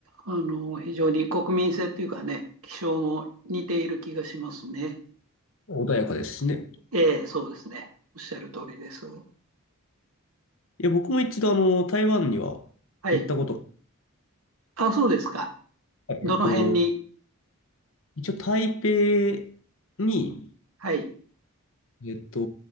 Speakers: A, on the right (about 75°); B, on the left (about 60°).
A: あの、非常に国民性っていうかね、気象も似ている気がしますね。
B: 穏やかですしね。
A: ええ、そうですね。おっしゃる通りです。
B: いや、僕も一度、あの、台湾には行ったことが、
A: はい。あ、そうですか。
B: はいえっと、
A: どの辺に。
B: 一応、台北に、
A: はい。
B: えっと、